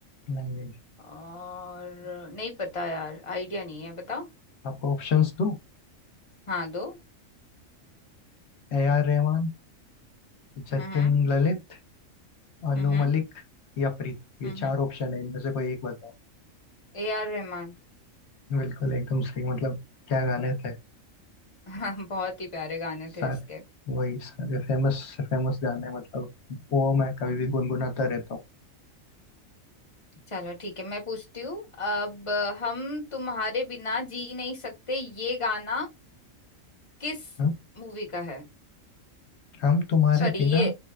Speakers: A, on the left; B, on the left.
A: नहीं नहीं
B: और नहीं पता यार आइडिया नहीं है बताओ
A: आपको ऑप्शंस दो
B: हाँ दो
A: ए आर रहमान जतिन
B: हम्म
A: ललित अनु
B: हम्म
A: मलिक या प्रीत ये
B: हम्म
A: चार
B: हम्म।
A: ऑप्शन है इनमें से कोई एक बताओ
B: ए आर रहमान
A: बिल्कुल एकदम सही मतलब क्या गाने थे
B: <laughs> हाँ, बहुत ही प्यारे गाने
A: सारे
B: थे इसके
A: वही सारे फेमस से फेमस गाने मतलब वो मैं कभी भी गुनगुनाता रहता हूँ
B: चलो ठीक है मैं पूछती हूँ अब हम तुम्हारे बिना जी नहीं सकते ये गाना किस
A: हम्म?
B: मूवी का है
A: हम तुम्हारे
B: सॉरी
A: बिना
B: ये